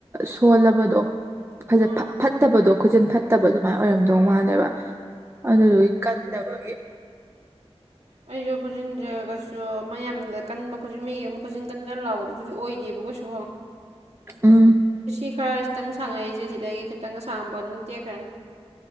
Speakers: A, on the right; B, on the right.
A: ꯁꯣꯜꯂꯕꯗꯣ ꯐꯖ
B: ꯑꯥ ꯑꯥ
A: ꯐꯠꯇꯕꯗꯣ ꯈꯨꯖꯤꯟ ꯐꯠꯇꯕꯗꯣ ꯁꯃꯥꯏꯅ ꯑꯣꯏꯔꯝꯗꯧ ꯃꯥꯜꯂꯦꯕ
B: ꯍꯣꯏ
A: ꯑꯗꯨꯗꯨꯒꯤ
B: ꯎꯝ
A: ꯀꯟꯗꯕꯒꯤ
B: ꯑꯩꯁꯨ ꯈꯣꯖꯤꯟꯒꯦꯁꯨ ꯃꯌꯥꯝꯗ ꯀꯟꯕ ꯈꯨꯖꯤꯟ ꯃꯤꯒꯤ ꯑꯃꯛ ꯈ ꯈꯨꯖꯤꯟ ꯀꯟꯒ ꯂꯥꯎꯕꯗꯨꯗꯤ ꯑꯣꯏꯗꯦꯕ ꯀꯩꯁꯨ
A: ꯎꯝ
B: <unintelligible> ꯈꯔ ꯈꯤꯇꯪ ꯁꯥꯡꯉꯛꯏꯁꯦ ꯁꯤꯗꯒꯤ ꯈꯤꯇꯪꯒ ꯁꯥꯡꯝꯕ ꯑꯗꯨꯝ ꯇꯦꯛꯈ꯭ꯔꯅꯤ